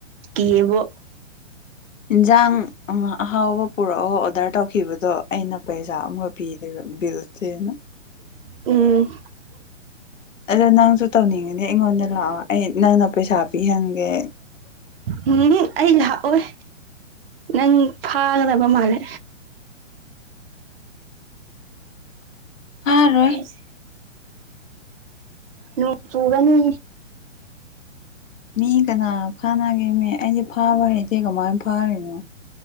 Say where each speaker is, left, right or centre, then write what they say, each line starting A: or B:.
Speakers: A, on the right (about 50°); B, on the left (about 85°).
A: ꯀꯤꯌꯦꯕꯣ꯫
B: ꯏꯟꯖꯥꯡ ꯑꯍꯥꯎꯕ ꯄꯨꯔꯛꯑꯣ ꯑꯣꯗꯔ ꯇꯧꯈꯤꯕꯗꯣ ꯑꯩꯅ ꯄꯩꯁꯥ ꯑꯃꯒ ꯄꯤꯗꯣꯏꯕ ꯕꯤꯜꯇꯦꯅ꯫
A: ꯎꯝ꯫
B: ꯑꯗꯣ ꯅꯪꯁꯨ ꯇꯧꯅꯤꯡꯑꯗꯤ ꯑꯩꯉꯣꯟꯗ ꯂꯥꯛꯑꯣ ꯑꯩ ꯅꯪꯅ ꯄꯩꯁꯥ ꯄꯤꯍꯟꯒꯦ꯫
A: ꯎꯝ ꯍꯝ ꯑꯩ ꯂꯥꯛꯑꯣꯏ ꯅꯪ ꯐꯥꯒꯗꯕ ꯃꯥꯜꯂꯦ꯫
B: ꯐꯥꯔꯣꯏ꯫
A: ꯑꯩꯁꯦ ꯅꯣꯡ ꯆꯨꯒꯅꯤ꯫
B: ꯃꯤ ꯀꯅꯥ ꯐꯥꯅꯒꯦꯅꯦ ꯑꯩꯗꯤ ꯐꯥꯕ ꯍꯩꯇꯦ ꯀꯃꯥꯏꯅ ꯐꯥꯔꯤꯅꯣ꯫